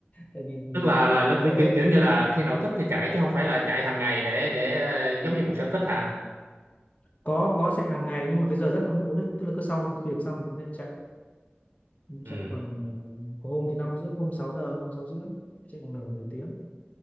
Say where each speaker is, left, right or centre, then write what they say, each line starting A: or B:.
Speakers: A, on the left; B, on the right.
A: tại vì
B: tức là
A: à,
B: là là
A: cái
B: vì
A: giờ
B: kiểu
A: giấc
B: kiểu như là khi nào thích thì chạy chứ không phải là chạy hàng ngày để để ờ, giống như một sở thích hả
A: có có chạy hàng ngày nhưng mà cái giờ giấc nó không cố định tức là cứ sau việc xong thì chúng ta chạy
B: ừ
A: chạy khoảng ờ, có hôm thì năm rưỡi hôm 6 giờ hôm sáu rưỡi chạy khoảng nửa nửa tiếng